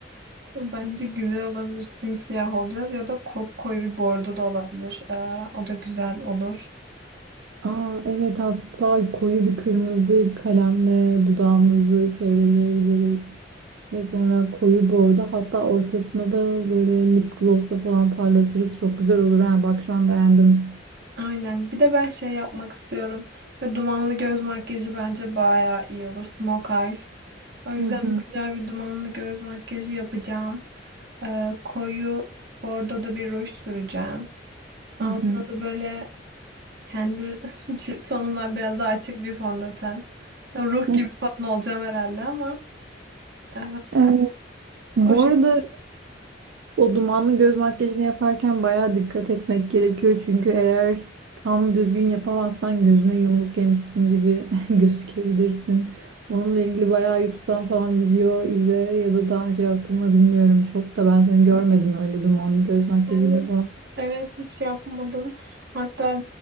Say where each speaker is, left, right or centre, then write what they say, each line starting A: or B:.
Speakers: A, on the right (about 60°); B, on the right (about 80°).
A: Bence güzel olabilir. Simsiyah olacağız ya da kopkoyu bir bordo da olabilir. Ee, o da güzel olur.
B: Aa, evet hatta koyu bir kırmızı kalemle dudağımızı çevreleyebiliriz. Ve sonra koyu bordo hatta ortasına da böyle lip glossla falan parlatırız. Çok güzel olur ha. Bak şu an beğendim.
A: Aynen. Bir de ben şey yapmak istiyorum. Ve dumanlı göz makyajı bence bayağı iyi olur. Smoke eyes. O yüzden
B: Hı hı,
A: güzel bir dumanlı göz makyajı yapacağım. Ee, koyu bordo da bir ruj süreceğim. Altına
B: hı hı.
A: da böyle kendi <laughs> cilt tonumdan biraz daha açık bir fondöten. Ruh
B: <laughs>
A: gibi falan olacağım herhalde ama ee,
B: Evet. Bu
A: o
B: arada O dumanlı göz makyajını yaparken bayağı dikkat etmek gerekiyor. Çünkü eğer tam düzgün yapamazsan gözüne yumruk yemişsin gibi <laughs> gözükebilirsin. Onunla ilgili bayağı YouTube'dan falan video izle ya da daha önce yaptın mı bilmiyorum çok da ben seni görmedim öyle dumanlı göz makyajıyla
A: Evet,
B: falan.
A: evet hiç yapmadım. Hatta